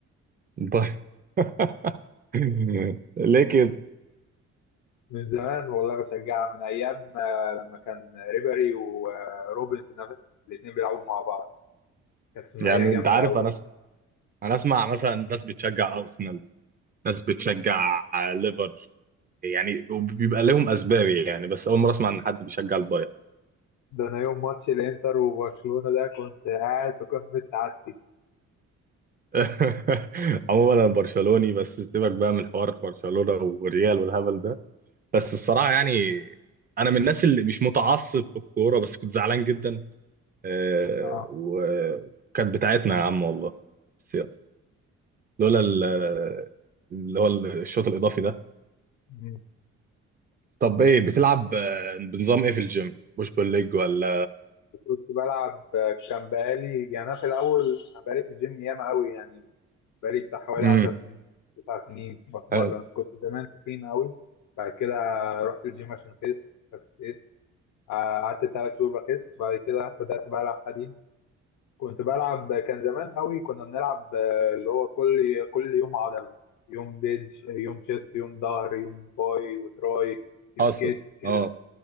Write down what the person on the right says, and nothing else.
<laughs> <laughs> ليه كده
يعني
انت عارف
انا س... انا اسمع مثلا ناس بتشجع ارسنال ناس بتشجع ليفر يعني وبيبقى لهم اسباب يعني بس اول مره اسمع ان حد بيشجع البايرن
<laughs> عموما انا برشلوني بس سيبك بقى من حوار برشلونه والريال والهبل ده بس بصراحه يعني انا من الناس اللي مش متعصب في الكوره بس كنت زعلان جدا آه،
وكانت بتاعتنا يا عم والله بس يلا. لولا ال- اللي هو الشوط الاضافي ده
طب ايه بتلعب آه، بنظام ايه في الجيم بوش بول ليج ولا
امم
حلو
حاصل
اه